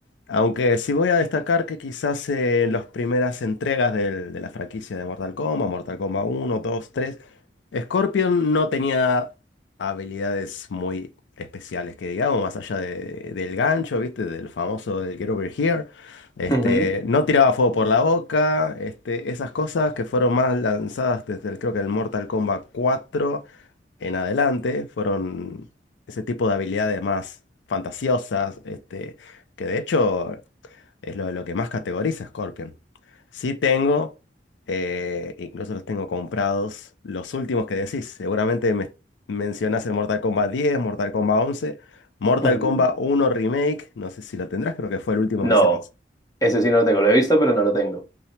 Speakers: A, on the left; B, on the left.
A: aunque sí voy a destacar que quizás eh, en las primeras entregas del- de la franquicia de Mortal Kombat, Mortal Kombat uno, dos, tres, Scorpion no tenía habilidades muy especiales que digamos, más allá de- del gancho, ¿viste? Del famoso del Get Over Here. Este,
B: ujú,
A: no tiraba fuego por la boca, este, esas cosas que fueron más lanzadas desde el, creo que el Mortal Kombat cuatro en adelante, fueron ese tipo de habilidades más fantasiosas, este que de hecho es lo, lo que más categoriza Scorpion. Sí tengo, eh, incluso los tengo comprados, los últimos que decís. Seguramente me mencionás el Mortal Kombat diez, Mortal Kombat once, Mortal
B: ujú.
A: Kombat uno Remake. No sé si lo tendrás, creo que fue el último
B: No,
A: que se lanzó.
B: ese sí no lo tengo. Lo he visto, pero no lo tengo.